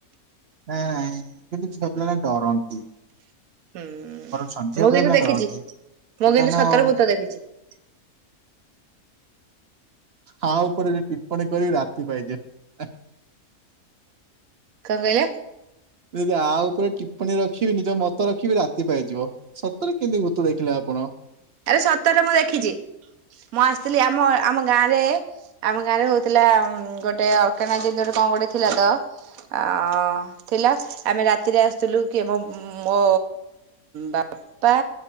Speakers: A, on the right (about 55°); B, on the right (about 75°).
A: ନାଇଁ କିନ୍ତୁ ଝିଅ ପିଲାମାନେ ଡରନ୍ତି।
B: ହୁଁ
A: ଝିଅ
B: ମୁଁ
A: ପିଲାମାନେ
B: କିନ୍ତୁ ଦେଖିଛି
A: ଡରନ୍ତି,
B: ମୁଁ
A: <unintelligible>
B: କିନ୍ତୁ <unintelligible>
A: ହା ଉପରେ ଯେ ଟିପ୍ପଣୀ କରିବି ରାତି ପାଇଯିବ।
B: କଣ କହିଲ?
A: ଯଦି ଆ ଉପରେ ଟିପ୍ପଣୀ ରଖିବି ନିଜ ମତ ରଖିବି ରାତି ପାଇଯିବ। ରେ କେମିତି ଭୂତ ଦେଖିଲେ ଆପଣ?
B: ଆରେ ସତରେ ମୁଁ ଦେଖିଛି, ମୁଁ ଆସିଥିଲି ଆମ ଆମ ଗାଁରେ ଆମ ଗାଁ ରେ ହଉଥିଲା ଗୋଟେ ଅର୍କନା ଜନ୍ଦୁରେ କଣ ଗୋଟେ ଥିଲା ତ ଅ ଥିଲା ଆମେ ରାତିରେ ଆସିଥିଲୁ କି ଆମ ମୋ ବାପା